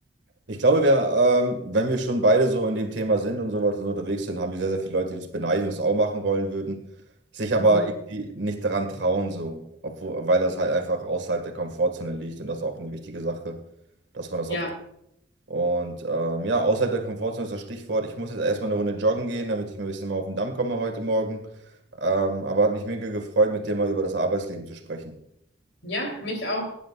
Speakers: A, on the right; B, on the left.
A: Ich glaube, wir, ähm, wenn wir schon beide so in dem Thema sind und sowas und so unterwegs sind, haben wir sehr, sehr viele Leute, die uns beneiden und das auch machen wollen würden, sich
B: Mhm.
A: aber irgendwie nicht daran trauen, so, obwohl, weil das halt einfach außerhalb der Komfortzone liegt und das ist auch eine wichtige Sache, dass man das
B: Ja,
A: auch Und ähm, ja, außerhalb der Komfortzone ist das Stichwort. Ich muss jetzt erstmal eine Runde joggen gehen, damit ich mal ein bisschen mal auf den Damm komme heute Morgen. Ähm, aber hat mich mega gefreut, mit dir mal über das Arbeitsleben zu sprechen.
B: ja, mich auch.